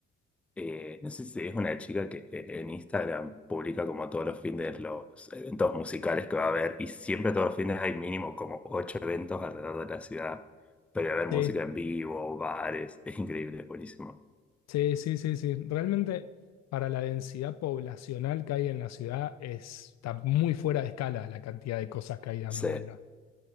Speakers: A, in the centre; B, on the left.
A: Eh, no sé si es una chica que eh, en Instagram publica como todos los fines los eventos musicales que va a haber y siempre todos los fines hay mínimo como ocho eventos alrededor de la ciudad, pero va a haber
B: Sí.
A: música en vivo, bares, es increíble, es buenísimo.
B: Sí, sí, sí, sí. Realmente para la densidad poblacional que hay en la ciudad es- está muy fuera de escala la cantidad de cosas que hay dando
A: Sí,
B: vuelta